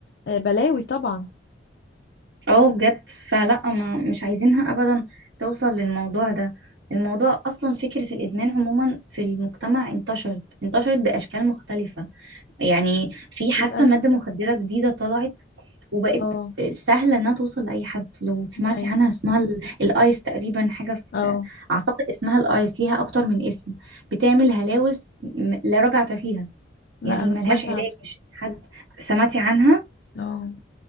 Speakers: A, on the left; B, on the right.
A: آه، بلاوي طبعا
B: اه بجد فلا ما مش عايزينها أبدا توصل للموضوع ده الموضوع أصلا فكرة الإدمان عموما في المجتمع انتشرت انتشرت بأشكال مختلفة يعني في حتى
A: للأسف
B: مادة مخدرة جديدة طلعت وبقت
A: اه
B: سهلة انها توصل لأي حد لو سمعتي
A: أيوه
B: عنها اسمها ال- الايس تقريبا حاجة في
A: اه
B: اعتقد اسمها الايس ليها اكتر من اسم بتعمل هلاوس م- لا رجعة فيها
A: لا
B: يعني
A: أنا
B: ملهاش
A: سمعت
B: علاج
A: عنها
B: مش حد سمعتي عنها
A: اه